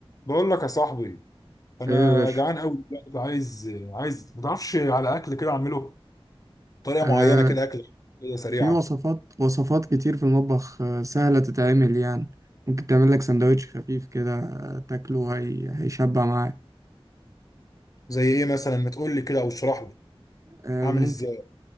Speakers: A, on the left; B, on the right.
A: بقول لك يا صاحبي انا
B: ايه يا باشا
A: جعان قوي دلوقتي عايز عايز ما تعرفش على اكل كده اعمله بطريقه
B: آه
A: معينه كده اكل كده سريعه
B: في وصفات وصفات كتير في المطبخ آه سهلة تتعمل يعني ممكن تعمل لك سندوتش خفيف كده آه تاكله هي هيشبع معاك
A: زي ايه مثلا ما تقول لي كده او اشرح لي
B: آه
A: اعمل
B: ممكن
A: ازاي